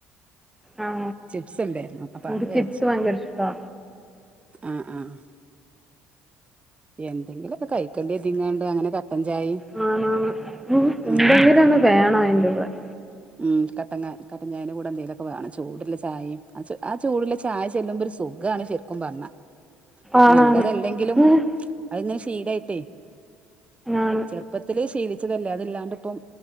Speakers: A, in the centre; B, on the right.
A: ആ
B: ചിപ്സ് ഉണ്ടായിരുന്നു അപ്പൊ
A: എനിക്ക്
B: അത് കഴച്ച്.
A: ചിപ്സ് ഭയങ്കര ഇഷ്ടാ
B: ആഹ ആഹ എന്തെങ്കിലുലൊക്കെ കഴിക്കേണ്ടിതിങ്ങണ്ട് അങ്ങനെ ചായയും
A: ആ ഉ
B: ഉം
A: ഉണ്ടെങ്കില
B: ഉം
A: ഒന്ന് വേണ അയിന്റെ ഉടെ ആ
B: ഉം കട്ട കട്ടൻ ചായന്റെ കൂടെ എന്തെേലുമൊക്കെ വേണം ചൂടള്ള ചായയും ആ ചൂടള്ള ചായ ചെല്ലുമ്പോ ഒരു സുഖണ് ശരിക്കും പറഞ്ഞ
A: ആണാണ്
B: നല്ലതല്ലെങ്കിലും
A: ഉം
B: അ സടായിട്ട
A: ആണ്
B: ചെറുപ്പത്തില ശീലി ല്ലേ അല്ലാണ്ട് ഇ